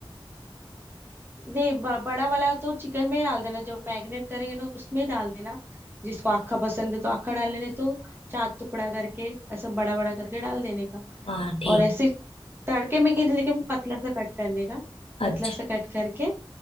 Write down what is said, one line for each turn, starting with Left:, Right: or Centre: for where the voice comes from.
Right: नहीं ब, बड़ा वाला तो चिकन में ही डाल देना जब मैरिनेट करेंगे ना उसमें डाल देना जिसको आखा पसंद है तो आखा डाल लेने तो चार टुकड़ा करके ऐसा बड़ा बड़ा करके डाल देने का
Left: हाँ ठीक
Right: और ऐसे तड़के में कि लेकिन पतला सा कट करने का पतला
Left: अच्छा
Right: सा कट करके